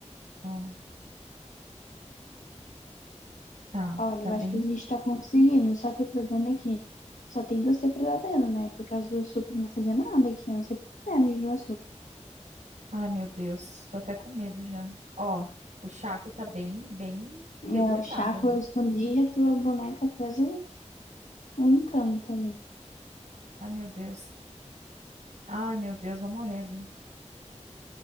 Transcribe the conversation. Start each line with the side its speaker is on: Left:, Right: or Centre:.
Right: ó, tá,
Left: Olha,
Right: tá
Left: eu
Right: bem,
Left: acho que a gente tá conseguindo, só que o problema é que só tem você pretendendo, né? Por causa do açúcar não vai fazer nada aqui, eu não sei por que menos do açúcar.
Right: Ai, meu Deus, tô até com medo já. Ó, o Chaco tá bem, bem debilitado
Left: É, o Chaco
Right: ali.
Left: eu escondi e a tua boneca fez um, um encanto ali.
Right: Ai, meu Deus. Ai, meu Deus, vou morrer ali.